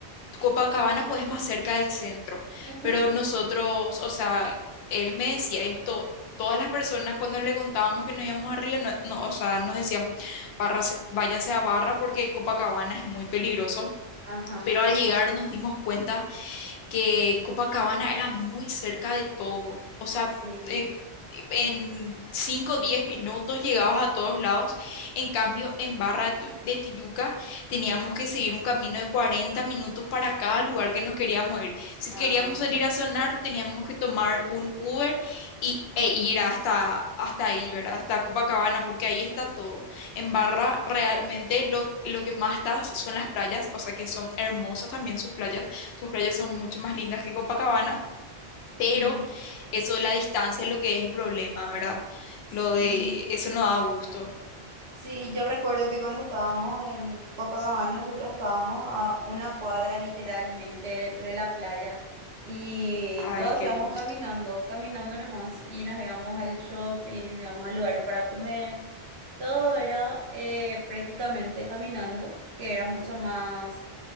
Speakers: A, on the left (about 70°); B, on the right (about 65°).
A: Copacabana pues es más cerca del centro,
B: Ujú,
A: pero nosotros, o sea, él me decía, él to- todas las personas cuando le contábamos que nos íbamos a Río, no, no, o sea, nos decían, barras, váyanse a Barra porque Copacabana es muy peligroso
B: Ajá,
A: pero al llegar nos dimos cuenta que Copacabana era muy cerca de todo. O sea,
B: sí.
A: eh, en 5 o 10 minutos llegabas a todos lados. En cambio, en Barra de Tu- de Tijuca teníamos que seguir un camino de 40 minutos para cada lugar que nos queríamos ir. Si
B: Ah.
A: queríamos salir a sonar, teníamos que tomar un Uber y, e ir hasta, hasta ahí, ¿verdad? Hasta Copacabana, porque ahí está todo. En Barra realmente lo, lo que más está son las playas, o sea que son hermosas también sus playas. Sus playas son mucho más lindas que Copacabana, pero
B: Ujú.
A: eso de la distancia es lo que es el problema, ¿verdad?
B: Sí,
A: Lo de eso no da gusto.
B: sí, yo recuerdo que cuando estábamos en Copacabana, nosotros estábamos a una cuadra literalmente de la playa y
A: Ay,
B: todos
A: qué
B: íbamos
A: gusto.
B: caminando, caminando nomás y nos íbamos al shopping, íbamos a lugares para comer Todo era eh, prácticamente caminando, que era mucho más,